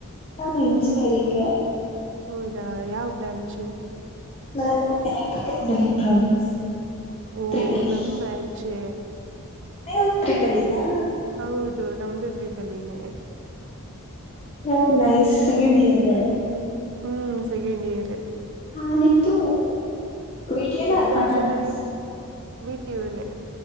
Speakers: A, on the left; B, on the right.
A: ನಾನು ಇಂಜಿನಿಯರಿಂಗೆ
B: ಹೌದಾ ಯಾವ ಬ್ರಾಂಚು
A: ನಾನು ಎಲೆಕ್ಟ್ರಿಕಲ್ ಅಂಡ್ ಎಲೆಕ್ಟ್ರಾನಿಕ್ಸ್
B: ಓ
A: ತ್ರಿಬಲಿ
B: ನಮ್ ಬ್ರ್ಯಾಂಚೆ
A: ನೀವು ತ್ರಿಬಲ್ಇ ನಾ
B: ಹೌದು ನಮ್ದು ತ್ರಿಬಲ್ ಈ ನೇ
A: ಹೋ ನೈಸ್ ಸೆಕೆಂಡ್ ಇಯರ್
B: ಹ್ಮ್ ಹ್ಮ್ ಹ್ಮ್ ಸೆಕೆಂಡ್ ಇಯರ್
A: ಹಾ ನಿಮ್ದು ವಿಟಿಯೋನ
B: ಎಕ್ಸಾಮ್ಸ್
A: ಅತ್ಮಟಾನ
B: ಎಲ್ಲ
A: ಅನಸ್
B: ವೀಟೂಲ್ಲ